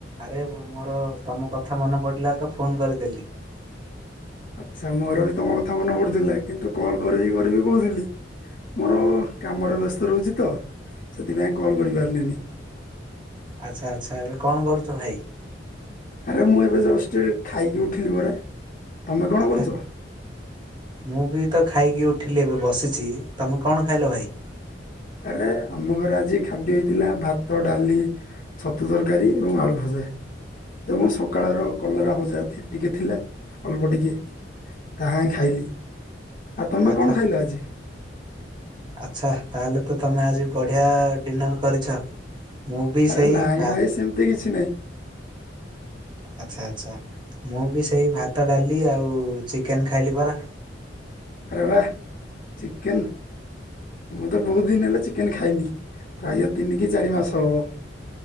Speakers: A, on the right; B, on the left.
A: ଆରେ ମୋର ତମ କଥା ମନେ ପଡିଲା ତ ଫୋନ କରିଦେଲି।
B: ଆଚ୍ଛା ମୋର ବି ତମ କଥା ମନେ ପଡୁଥିଲା କିନ୍ତୁ କଲ୍ କରିବି କରିବି କହୁଥିଲି ମୋର କାମରେ ବ୍ୟସ୍ତ ରହୁଛି ତ ସେଥିପାଇଁ କଲ୍ କରିପାରିଲିନି।
A: ଆଚ୍ଛା ଆଚ୍ଛା ଏବେ କଣ କରୁଛୁ ଭାଇ।
B: ଆରେ ମୁଁ ଏବେ ଜଷ୍ଟ ଖାଇକି ଉଠିଲି ପରା। ତମେ କଣ
A: ଆଚ୍ଛା
B: କରୁଛ
A: ଥା ମୁଁ ବି ତ ଖାଇକି ଉଠିଲି ଏବେ ବସିଛି ତମେ କଣ ଖାଇଲ ଭାଇ
B: ଆରେ ଆମ ଘରେ ଆଜି ଖାଦ୍ୟ ହେଇଥିଲା ଭାତ ଡାଲି ଛତୁ ତରକାରୀ ଏବଂ ଆଳୁ ଭଜା ଏବଂ ସକାଳର କଲରା ଭଜା ଟିକେ ଥିଲା ଅଳ୍ପ ଟିକେ ତାହା ହିଁ ଖାଇଲି। ଆଉ ତମେ
A: ଆଚ୍ଛା
B: କଣ ଖାଇଲ ଆଜି?
A: ଆଚ୍ଛା ତାହେଲେ ତ ତମେ ଆଜି ବଢିଆ ଡିନର କରିଛ? ମୁଁ ବି
B: ଆରେ
A: ସେଇ
B: ନାଇଁ
A: ଭା
B: ଭାଇ ସେମିତି କିଛି ନାଇଁ।
A: ଆଚ୍ଛା ଆଚ୍ଛା ମୁଁ ବି ସେଇ ଭାତ ଡାଲି ଆଉ ଚିକେନ ଖାଇଲି ପରା।
B: ଆରେ ବାଃ ଚିକେନ ମୁଁ ତ ବହୁତ ଦିନ ହେଲେ ଚିକେନ ଖାଇନି ପ୍ରାୟ ତିନି କି ଚାରି ମାସ ହବ।